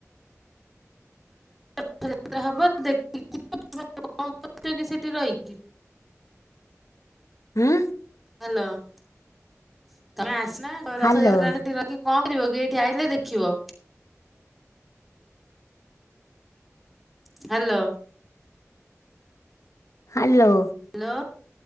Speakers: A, in the centre; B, on the left (about 75°).
A: ାତା ହବ ଦେଖି କଣ କରଛ କି ସେଠି ରହିକି
B: ହୁଁ
A: ହ୍ୟାଲୋମ ନା
B: ହ୍ୟାଲୋ
A: ରଖି କ ିବ କି ଏଇଠି ଆଇିଲେ ଦେଖିବ ହ୍ୟାଲୋ
B: ହ୍ୟାଲୋ
A: ହ୍ୟାଲୋ